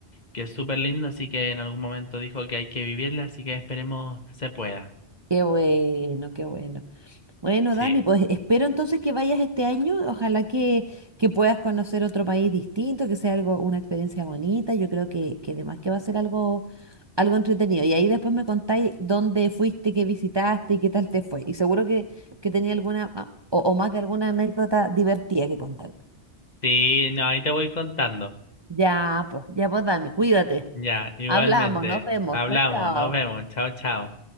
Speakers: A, on the left (about 40°); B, on the right (about 25°).
A: que es súper lindo. Así que en algún momento dijo que hay que vivirla. Así que esperemos se pueda.
B: qué bueno, qué bueno. Bueno,
A: Sí.
B: Dami, pues espero entonces que vayas este año. Ojalá que, que puedas conocer otro país distinto, que sea algo, una experiencia bonita. Yo creo que, que además que va a ser algo, algo entretenido. Y ahí después me contáis dónde fuiste, qué visitaste y qué tal te fue. Y seguro que, que tenía alguna ah, o, o más de alguna anécdota divertida que contarme.
A: Sí, no, ahí te voy contando.
B: Ya, pues, ya pues, Dami, cuídate.
A: Ya, igualmente.
B: Hablamos, nos vemos.
A: Hablamos,
B: Chao, chao.
A: nos vemos. Chao, chao.